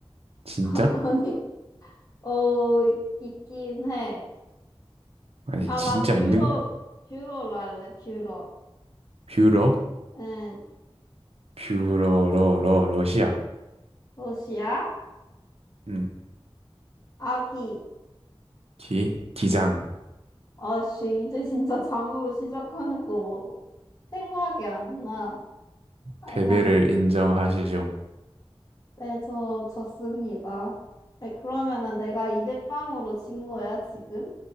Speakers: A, on the right; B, on the left.
A: 진짜?
B: <laughs> 아니, 어, 있, 있긴 해.
A: 아니
B: 아,
A: 진짜
B: 나 뷰러,
A: 있는?
B: 뷰러로 할래, 뷰러.
A: 뷰러
B: 응,
A: 뷰러러러 러시아.
B: 도시야?
A: 음.
B: 아기.
A: 기 기장
B: 아씨, 이제 진짜 장으로 시작하는 거 뭐, 생각이 안 나. 아이,
A: 패배를
B: 그냥,
A: 인정하시죠.
B: 네, 저, 졌습니다. 네, 그러면은 내가 이대빵으로진 거야, 지금?